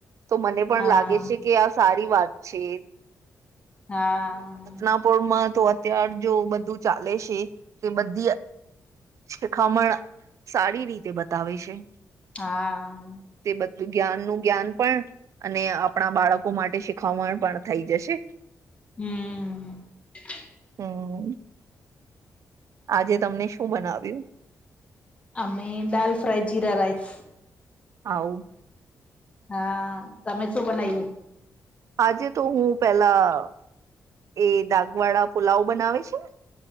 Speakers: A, on the right (about 60°); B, on the left (about 20°).
A: તો મને પણ
B: હા
A: લાગે છે કે આ સારી વાત છે.
B: હા
A: નાપોરમાં તો અત્યાર જો બધું ચાલે છે કે બધી શિખામણ સારી રીતે બતાવે છે.
B: હા
A: તે બધું જ્ઞાન નું જ્ઞાન પણ અને આપણા બાળકો માટે શીખવણ પણ થઈ જશે.
B: હમ
A: હમ આજે તમને શું બનાવ્યું
B: આમે ડાલ ફ્રાય જીરા રાઈસ
A: આવ
B: હા તમે શું બનાવ્યું
A: આજે તો હું પેલા એ દાગ વાળા પુલાવ બનાવે છે ને